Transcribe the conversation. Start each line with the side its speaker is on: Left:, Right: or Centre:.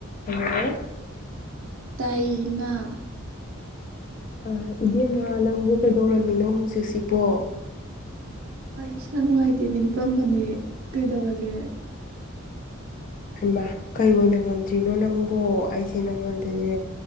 Left: ꯎ ꯍꯜꯂꯣ
Right: ꯇꯥꯏꯌꯦ ꯏꯃꯥ
Left: ꯑ ꯏꯕꯦꯝꯃ ꯅꯪꯕꯨ ꯀꯩꯗꯧꯔꯝꯃꯤꯅꯣ ꯍꯧꯖꯤꯛꯁꯤ ꯄꯣ
Right: ꯏꯁꯥꯅꯅꯨꯡ ꯍꯥꯏꯥꯏ ꯇꯦꯅ ꯍꯤꯄꯝꯕꯅꯦ ꯀꯩꯗꯧꯔꯒꯦ
Left: ꯍꯃꯥ ꯀꯩ ꯑꯣꯏꯅ ꯉꯝꯗꯔꯤ ꯣ ꯅꯪꯕꯨ ꯑꯩꯁꯦ ꯅꯪꯉꯣꯟꯗꯗꯤ